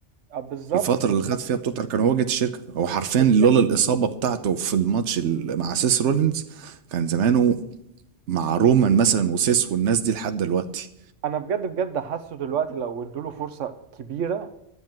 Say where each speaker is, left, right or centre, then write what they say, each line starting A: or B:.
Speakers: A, on the right; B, on the right.
A: اه بالظبط
B: في الفترة
A: بالظبط
B: اللي خد فيها بتوتر كان هو واجهة الشركة هو حرفيا
A: الفكرة
B: لولا الإصابة بتاعته في الماتش ال- مع سيس رولينز كان زمانه مع رومان مثلا وسيس والناس دي لحد دلوقتي
A: انا بجد بجد حاسه دلوقتي لو ادوله فرصة كبيرة